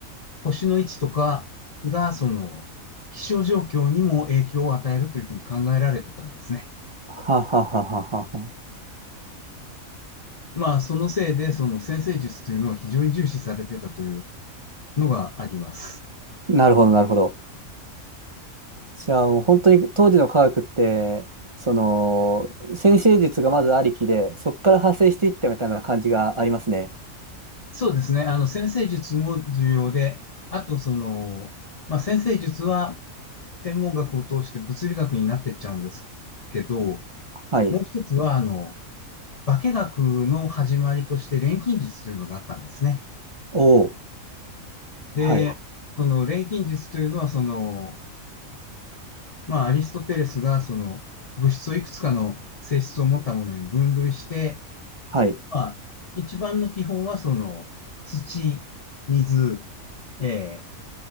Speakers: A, on the left; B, on the right.
A: 星の位置とかがその気象状況にも影響を与えるというふうに考えられてたんですね。
B: はははははは。
A: まあそのせいでその先生術というのを非常に重視されてたというのがあります。
B: なるほど、なるほど。じゃあもう本当に当時の科学って、その、先生術がまずありきで、そこから派生していったみたいな感じがありますね。
A: そうですね。あの先生術も重要で、あとその、まあ先生術は天文学を通して物理学になってっちゃうんですけど、も
B: はい。
A: う一つは、あの、化学の始まりとして錬金術というのがあったんですね。
B: おお
A: で、
B: はい。
A: その錬金術というのは、その、まあ、アリストテレスが、その、物質をいくつかの性質を持ったものに分類して、
B: はい。
A: まあ、一番の基本は、その、土、水、えー